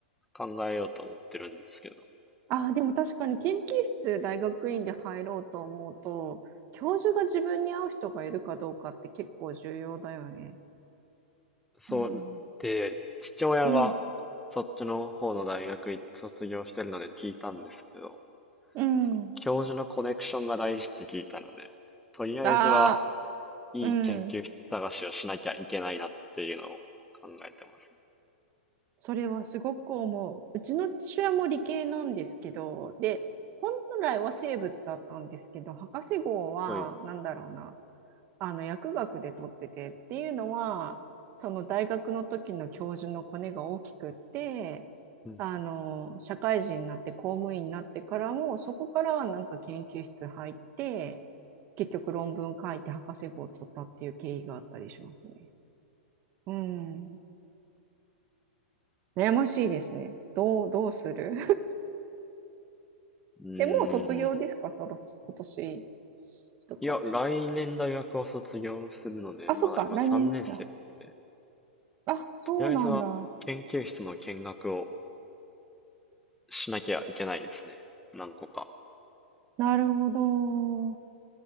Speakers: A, in the centre; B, on the right.
A: 考えようと思ってるんですけど。
B: あ、でも確かに研究室大学院で入ろうと思うと、教授が自分に合う人がいるかどうかって結構重要だよね。
A: そう、
B: うん。
A: で、父親が
B: うん、
A: そっちの方の大学卒業してるので聞いたんですけど、
B: うん。
A: その教授のコネクションが大事って聞いたので、とりあえずは
B: あ
A: いい研究室探しをしなきゃいけないなっていうのを考えてますね。
B: あ、うん。それはすごく思う。うちの父親も理系なんですけど、で、本来は生物だったんですけど、博士号は、
A: はい。
B: なんだろうな。あの薬学で取っててっていうのはその大学の時の教授のコネが大きくって
A: うん。
B: あの社会人になって公務員になってからもそこからなんか研究室入って結局論文書いて博士号を取ったっていう経緯があったりしますね。うん悩ましいですね。どう、どうする <laughs>
A: うーん。
B: え、もう卒業ですかそろそ、今年とか。
A: いや、来年大学を卒業するので、
B: あ、
A: まだ今3年生で、
B: そっか、来年っすな。あ、そうなんだ。
A: とりあえずは研究室の見学をしなきゃいけないですね。何個か。
B: なるほど。